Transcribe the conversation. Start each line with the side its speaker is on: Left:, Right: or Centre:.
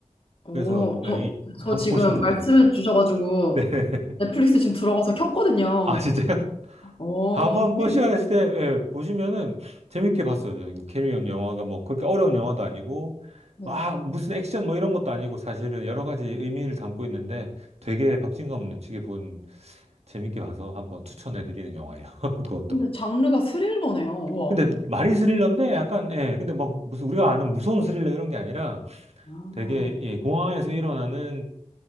Left: 어,
Right: 그래서
Left: 저,
Right: 예, 이-
Left: 저
Right: 한번
Left: 지금
Right: 보시면 좋을
Left: 말씀해
Right: 것 같아요.
Left: 주셔가지고
Right: <laughs> 네.
Left: 넷플릭스 지금 들어가서 켰거든요.
Right: 아, 진짜요?
Left: 어,
Right: 한번 한번
Left: 퀴리.
Right: 시간 되실 때 예, 보시면은 재밌게 봤어요. 저는 캐리온 영화가 뭐 그렇게 어려운 영화도 아니고
Left: 네.
Right: 막 무슨 액션 뭐 이런 것도 아니고 사실은 여러 가지 의미를 담고 있는데 되게 박진감 넘치게 본 재밌게 봐서 한번 추천해 드리는 영화예요. <laughs> 그것도.
Left: 근데 장르가 스릴러네요. 우와.
Right: 근데 말이 스릴러인데 약간 예 근데 막 무슨 우리가 아는 무서운 스릴러 이런 게 아니라
Left: 아,
Right: 되게 예, 공항에서 일어나는